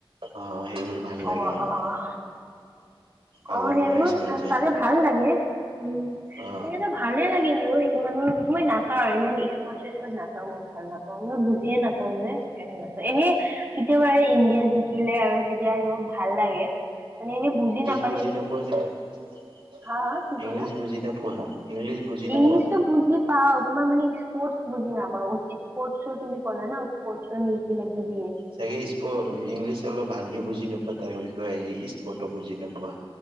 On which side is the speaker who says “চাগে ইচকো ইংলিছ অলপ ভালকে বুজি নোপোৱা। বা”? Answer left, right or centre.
Right